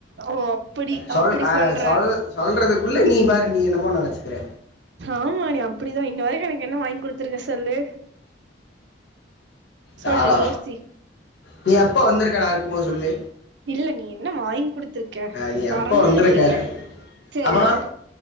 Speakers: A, on the right; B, on the left.
A: ஓ அப்படி
B: சொல்
A: அப்படி
B: அ
A: சொல்ற
B: சொல் சொல்றதுக்குள்ள நீ பாரு நீ என்னமோ நினைச்சுக்கிற
A: ஆமா நீ அப்டிதா இன்ன வரைக்கு எனக்கு என்ன வாங்கி குடுத்துருக்க சொல்லு சொல்லு
B: நானா
A: யோசி
B: நீ எப்ப வந்திருக்க நா இருக்கு போது சொல்லு
A: இல்ல நீ என்ன வாங்கி குடுத் இருக்கே
B: நான் நீ
A: வரணும்னு
B: எப்போ வந்திருக்க
A: இல்லயே சரி
B: அப்புறம்